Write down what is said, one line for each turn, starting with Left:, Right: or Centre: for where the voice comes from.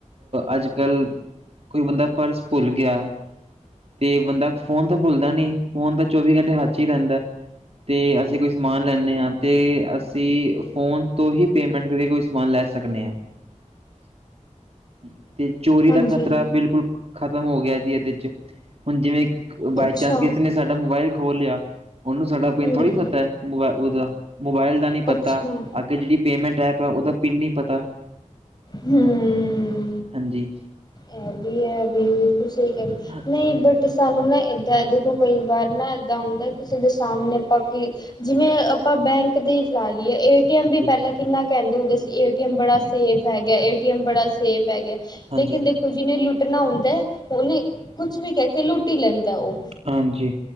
Right: ਅਜ ਕੱਲ੍ਹ, ਕੋਈ ਬੰਦਾ ਪਰਸ ਭੁੱਲ ਗਿਆ ਤੇ ਬੰਦਾ ਫੋਨ ਤਾਂ ਭੁੱਲਦਾ ਨੀ, ਫੋਨ ਤਾਂ ਚੌਵੀ ਘੰਟੇ ਹੱਥ ਹੀ ਰਹਿੰਦਾ ਤੇ ਅਸੀਂ ਕੋਈ ਸਮਾਨ ਲੈਦੇ ਹਾਂ ਤੇ ਅਸੀਂ, ਫ਼ੋਨ ਤੋਂ ਹੀ ਪੇਮੈਂਟ ਕਰਕੇ ਕੋਈ ਸਮਾਨ ਲੈ ਸਕਦੇ ਹਾਂ <inaudible> ਤੇ ਚੋਰੀ
Left: ਹਾਂਜੀ।
Right: ਦਾ ਖ਼ਤਰਾ, ਬਿਲਕੁਲ ਖਤਮ ਹੋ ਗਿਆ ਜੀ ਇਹਦੇ 'ਚ ਹੁਣ ਜਿਵੇਂ ਬਾਈ
Left: ਅੱਛਾ
Right: ਚਾਂਸ ਕਿਸੇ ਨੇ ਸਾਡਾ ਮੋਬਾਇਲ ਖੋਲ ਲਿਆ ਉਹਨੂੰ ਸਾਡਾ ਪਿੰਨ
Left: ਹੂੰ
Right: ਥੋੜੀ ਪਤਾ ਹੈ ਉਹਦਾ ਮੋਬਾਇਲ ਦਾ ਨੀ ਪਤਾ
Left: ਅੱਛਾ
Right: ਜਿਹੜੀ ਪੇਮਟ ਐਪ ਹੈ ਉਹਦਾ ਪਿੰਨ ਨੀ ਪਤਾ
Left: ਹੂੰ
Right: ਹਾਂਜੀ
Left: ਇਹ ਵੀ ਹੈ ਤੁਸੀਂ ਕਰ
Right: ਹਾਂਜੀ
Left: ਨਹੀਂ ਬਟ ਅਤੇ ਸਾਨੂੰ ਨਾ ਇੱਦਾਂ ਦੇ ਕੋਲ ਕਈ ਵਾਰ ਨਾ ਇੱਦਾਂ ਹੁੰਦਾ ਕਿਸੇ ਦੇ ਸਾਹਮਣੇ ਆਪਾਂ ਕਿ ਜਿਵੇਂ ਆਪਾਂ ਬੈਂਕ ਦੀ ਲਾ ਲਈਏ ਕਹਿੰਦੇ
Right: ਹਾਂਜੀ
Left: ਪਹਿਲਾਂ ਕਿੰਨਾ ਕਹਿੰਦੇ ਹੁੰਦੇ ਸੀ ਏਟੀ ਬੜਾ ਸੇਫ ਹੈਗਾ। ਏਟੀ ਬੜਾ ਸੇਫ ਹੈਗਾ। ਲੇਕਿਨ
Right: ਹਾਂਜੀ
Left: ਦੇਖੋ ਜਿਹਨੇ ਲੁੱਟਣਾ ਹੁੰਦਾ। ਉਹਨੇ ਕੁਛ ਵੀ ਕਹਿ ਕੇ ਲੁੱਟ ਲੈਂਦਾ ਉਹ।
Right: ਹਾਂਜੀ